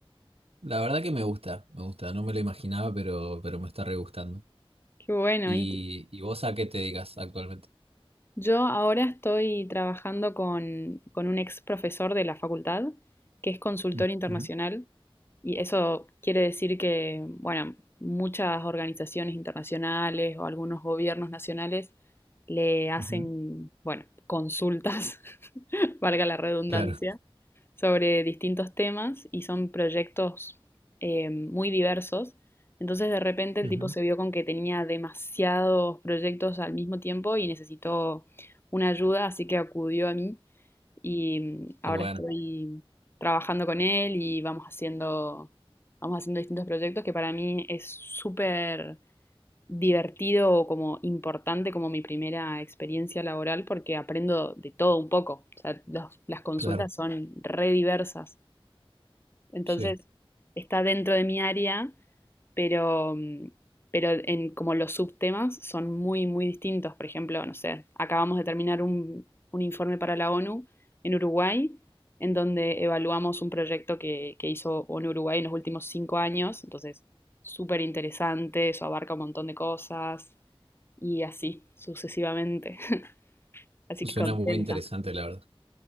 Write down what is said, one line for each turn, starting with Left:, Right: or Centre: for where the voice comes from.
Right: La verdad que me gusta, me gusta, no me lo imaginaba, pero, pero me está re gustando.
Left: Qué bueno.
Right: ¿Y,
Left: Y
Right: y vos a qué te dedicas actualmente?
Left: yo ahora estoy trabajando con, con un ex profesor de la facultad, que es consultor
Right: Ujú,
Left: internacional, Y eso quiere decir que, bueno, muchas organizaciones internacionales o algunos gobiernos nacionales le hacen,
Right: ujú,
Left: bueno, consultas, <laughs> valga la redundancia,
Right: claro.
Left: sobre distintos temas y son proyectos eh, muy diversos. Entonces de repente el
Right: Ujú.
Left: tipo se vio con que tenía demasiados proyectos al mismo tiempo y necesitó una ayuda, así que acudió a mí y ahora
Right: Qué bueno,
Left: estoy trabajando con él y vamos haciendo, vamos haciendo distintos proyectos que para mí es súper divertido o como importante como mi primera experiencia laboral porque aprendo de todo un poco. O sea, los- las consultas
Right: claro,
Left: son re diversas. Entonces,
Right: sí.
Left: está dentro de mi área, pero, mm, pero en como los subtemas son muy, muy distintos. Por ejemplo, no sé, acabamos de terminar un, un informe para la ONU en Uruguay, en donde evaluamos un proyecto que, que hizo ONU Uruguay en los últimos cinco años. Entonces, súper interesante, eso abarca un montón de cosas y así sucesivamente. <laughs> Así
Right: Suena
Left: que contenta.
Right: muy interesante, la verdad.